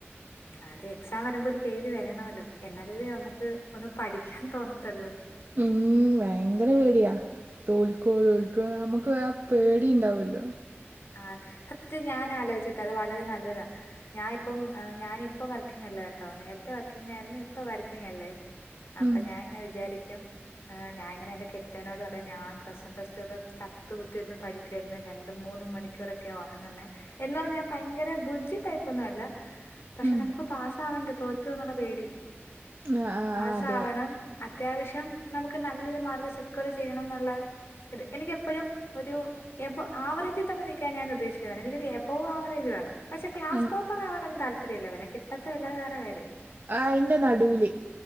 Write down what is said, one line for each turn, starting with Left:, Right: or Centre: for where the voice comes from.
Left: അ അതെ എക്സാം വരുമ്പോ ഒരു പേടി വരണല്ലോ എന്നാലേ നമുക്ക് ഒന്ന് പഠിക്കാൻ തോന്നത്തുള്ളൂ
Right: ഉം വ ഭയങ്കര പേടിയാ തോൽക്കോ തോൽക്കോ നമുക്ക് വ പേടിണ്ടാവല്ലോ
Left: ആ സത്യത്തി ഞാൻ ആലോചിച്ചിട്ട് അത് വളരെ നല്ലതാ ഞാന ഇപ്പം ഞാനിപ്പ വർക്കിങ്ങല്ലേ കേട്ടോ നേരത്തെ വർക്കിംഗ ആയിരുന്നു ഇപ്പ വർക്കിങ് അല്ലേ അപ്പൊ
Right: ഉം
Left: ഞാൻ ഇങ്ങനെ വിചാരിക്കും ഞാനങ്ങനെ എന്റെ കെറ്റനോട് പറയും ഞാൻ പ്ലസ് വൺ പ്ല ടു ഒക്കെ ചത്ത് കുത്തിരുരുന്നു പഠിക്കായിരുന്നു രണ്ടും മൂന്നും മണിക്കൂറൊക്കെ ഉറങ്ങുന്ന എന്ന് പറഞ്ഞ ഞാൻ ഭയങ്കര ബുജ്ജി ടൈപ്പ് ഒന്നും അല്ല പക്ഷെ
Right: ഉം
Left: നമുക്ക് പാസ് ആവണ്ടേ തോറ്റു പോകുന്നുള്ള പേടി
Right: ആഹ് ആഹ്
Left: പാസ്
Right: അതെ
Left: ആവണം അത്യാവശ്യം നമുക്ക് നല്ലൊരു മാർക്ക് സെക്യൂർ ചെയ്യണം എന്നുള്ള എനിക്ക് എപ്പോഴും ഒരു എബവ് ആവറേജ് തന്നെ നിക്കാൻ ഞാൻ ഉദ്ദേശിക്കുന്ന എനിക്ക് ഒരു എബവ് ആവറേജ് വേണം പക്ഷെ ക്ലസ്ടോപ്പർ
Right: ഉം
Left: ആൻ താല്പം അല്ല പിന്നെ കിട്ടത്തോ ഇല്ലാ അത് വേറെ കാര്യം
Right: അയിന്റെ നടുലി